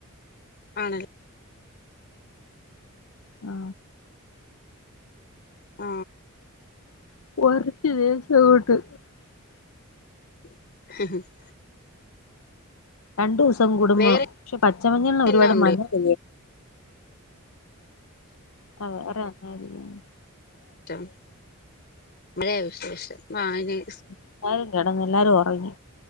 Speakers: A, on the left; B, on the left.
A: ആണല്ലേ
B: ആ
A: ആ
B: <unintelligible>
A: <inaudible>
B: രണ്ടു ദിവസം കൂടുമ്പം
A: വേറെ
B: പക്ഷെ പച്ചമഞ്ഞൾന് ഒരുപാട്
A: എന്നാ ഉണ്ട്
B: മഞ്ഞ <unintelligible> ഓ വേറെ എന്നാ ഇരിക്കുന്നു
A: <unintelligible> മഴയാ വിശേഷം <unintelligible>
B: <inaudible> കെടന്ന് എല്ലാരും ഉറങ്ങി